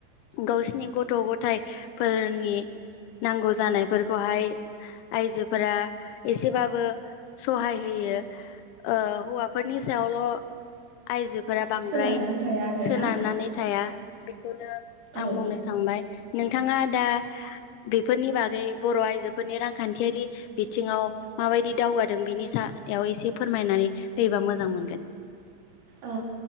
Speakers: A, on the left; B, on the right.
A: गावसिनि गथ' गथायफोरनि नांगौ जानायफोरखौहाय आयजोफोरा एसेबाबो सहाय होयो। ओ हौवाफोरनि सायावल' आइजोफोरा बांद्राय
B: सोनारनानै थाया आरोना
A: सोनारनानै। थाया बेखौनो
B: औ
A: आं बुंनो सानबाय नोंथाङा दा बेफोरनि बागै बर' आइजोफोरनि रांखान्थियारि बिथिङाव माबायदि दावगादों बिनि सायाव एसे फोरमायनानै होयोबा मोजां मोनगोन।
B: औ।